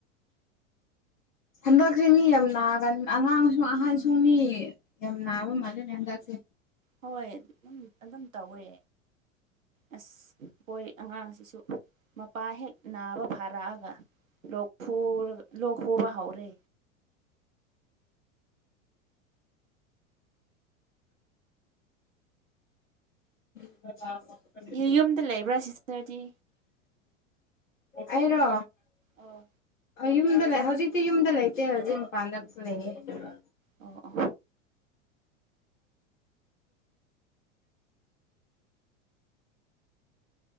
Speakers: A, on the left; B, on the right.
A: ꯍꯟꯗꯛꯁꯦ ꯃꯤ ꯌꯥꯝ ꯅꯥꯒꯅꯤ ꯑꯉꯥꯡꯁꯨ ꯑꯍꯟꯁꯨ ꯃꯤ ꯌꯥꯝ ꯅꯥꯕ ꯃꯜꯂꯤꯅꯦ ꯍꯟꯗꯛꯇꯤ
B: ꯍꯣꯏ ꯎꯝ ꯑꯗꯨꯝ ꯇꯧꯋꯦ ꯑꯁ ꯍꫭꯏ ꯑꯉꯥꯡꯁꯤꯁꯨ ꯃꯄꯥ ꯍꯦꯛ ꯅꯥꯕ ꯐꯥꯔꯛꯑꯒ ꯂꯣꯛꯈꯨ ꯂꯣꯛ ꯈꯨꯕ ꯍꯥꯎꯔꯦ
A: <unintelligible>
B: ꯑꯦ ꯌꯨꯝꯗ ꯂꯩꯕ꯭ꯔ ꯁꯤꯁꯇꫪꯗꯤ
A: ꯑꯩꯔꯣ
B: ꯑꯣ
A: ꯌꯨꯝꯗ ꯂꯩ ꯍꯧꯖꯤꯛꯇꯤ ꯌꯨꯝꯗ ꯂꯩꯇꯦ ꯍꯧꯖꯤꯛ ꯃꯄꯥꯟꯗꯁꯨ ꯂꯩꯌꯦ ꯑ
B: ꯑꯣ ꯑꯣ